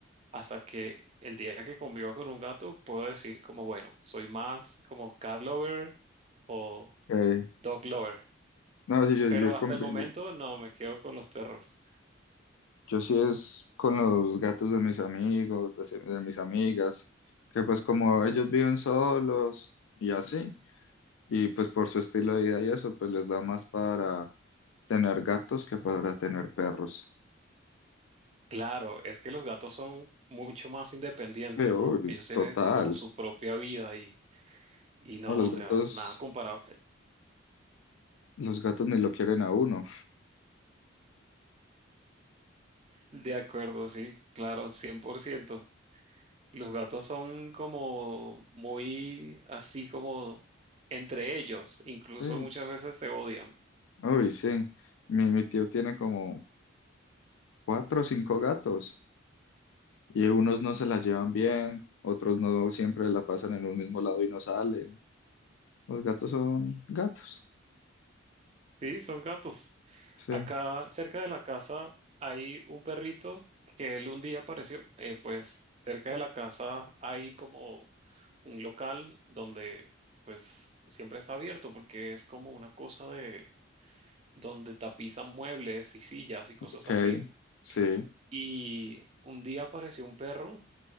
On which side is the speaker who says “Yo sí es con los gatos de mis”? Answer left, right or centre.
Left